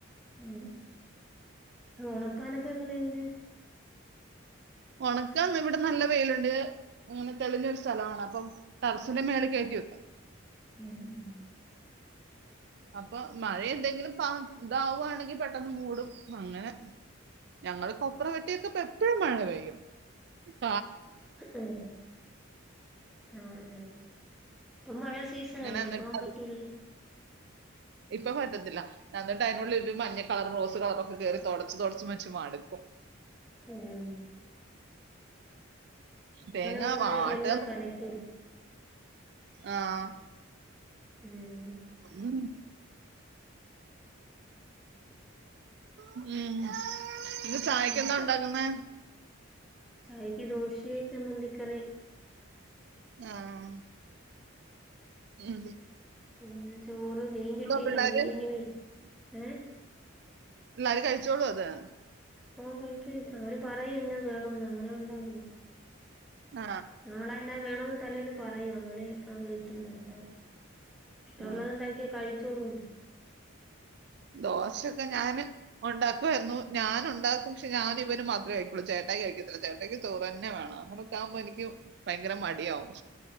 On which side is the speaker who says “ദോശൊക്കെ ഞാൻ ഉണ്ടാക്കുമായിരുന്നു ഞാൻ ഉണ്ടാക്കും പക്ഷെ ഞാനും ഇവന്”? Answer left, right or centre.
Right